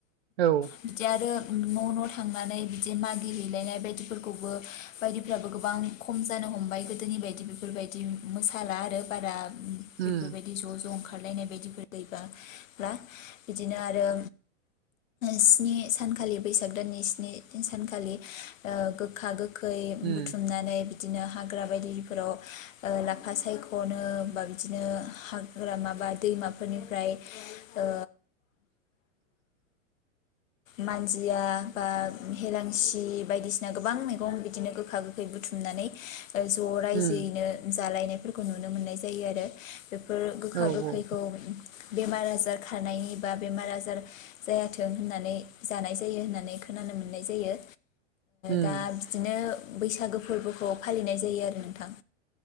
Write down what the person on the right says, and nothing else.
औ
उम
उम
उम
औ औ
उम